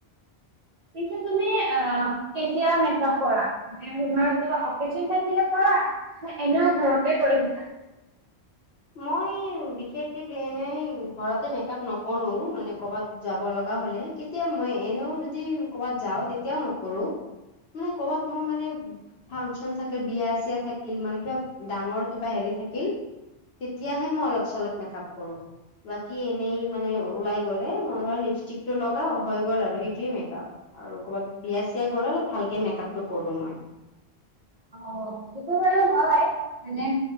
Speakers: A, on the right; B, on the left.
A: পিছে তুমি আহ কেতিয়া মেকাআপ কৰা। তোমাৰ কিবা অকেচন থাকিলে কৰা ন এনেও ঘৰতে কৰি থাকা?
B: মই বিশেষকে এনেই ঘৰতে মেকাআপ নকৰো মানে কৰবাত যাব লগা হ'লে। কেতিয়া মই এনেও যদি কৰ'বাত যাওঁ তেতিয়াও নকৰোঁ। এনেই কবাত মই মানে। ফাংচন থাকিল বিয়া- চিয়া থাকিল মানে কিবা ডাঙৰ কিবা হেৰি থাকিল। তেতিয়াহে মই অলপ চলপ মেক আপ কৰো। বাকী এনেই মানে ওলাই গ'লে মই এই লিপষ্টিক টো লগাও হৈ গ'ল আৰু সেইটোৱে মেকাআপ। আৰু কৰ'বাত বিয়া চিয়া গ'লে ভালকে মেকাআপটো কৰো মই।
A: অ সেইটো বাৰু হয় মানে